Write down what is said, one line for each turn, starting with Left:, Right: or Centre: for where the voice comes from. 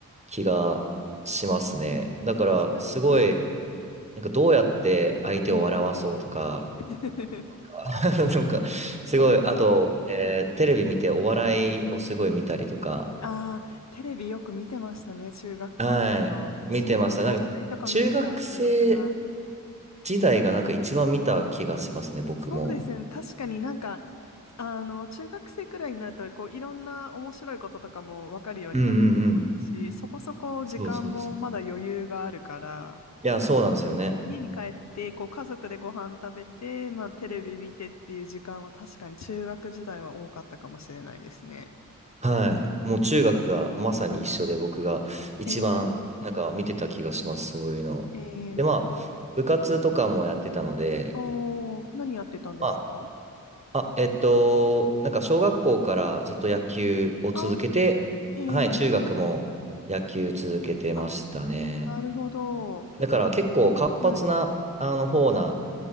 Right: 気がしますね。だから、
Left: 確かに、
Right: すごい、
Left: はい。
Right: なんかどうやって相手を笑わそうとか、
Left: うん、<laughs>
Right: <laughs> なんかすごい、
Left: なるほど。
Right: あと、えーテレビ見てお笑いをすごい見たりとか、
Left: ああ、テレビよく見てましたね、中学校の頃。
Right: はい、
Left: 確かに、
Right: 見てました。
Left: お笑いとか見てた記憶が。
Right: なんか中学生時代がなんか一番見た気がしますね、僕も。
Left: そうですよね。確かになんか、あの、中学生くらいになると、こう、いろんな面白いこととかも分かるようになってきますし、
Right: うんうんうん。
Left: そこそこ時間もまだ余裕があるから、
Right: そうそうそう。いや、そうなんですよね。
Left: 家に帰って、こう、家族でご飯食べて、まあ、テレビ見てっていう時間は確かに中学時代は多かったかもしれないですね。
Right: はい。もう中学がまさに一緒で僕が一番なんか見てた気がします、
Left: うんえ
Right: そういうの。
Left: ー、えー、
Right: で、まあ、部活とかもやってたので、
Left: おー、何やってたんですか
Right: まあ、あ、えっと、なんか小学校からずっと野球を続けて、
Left: ああー、えー、
Right: はい、中学も野球続けてましたね。
Left: あ、なるほど。
Right: だから結構活発な、
Left: はい。
Right: あの方な